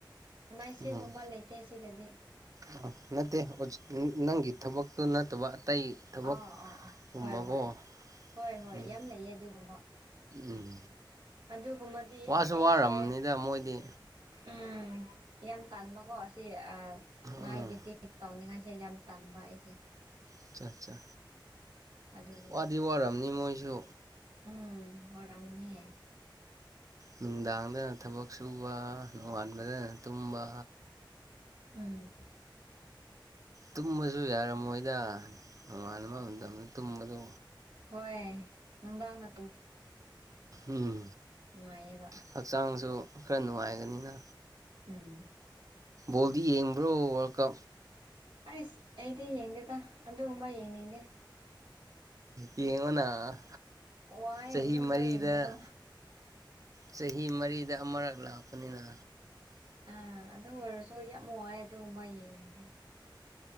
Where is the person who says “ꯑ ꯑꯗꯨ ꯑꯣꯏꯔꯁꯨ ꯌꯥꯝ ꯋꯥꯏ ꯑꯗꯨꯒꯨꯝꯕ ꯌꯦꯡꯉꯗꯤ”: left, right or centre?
Right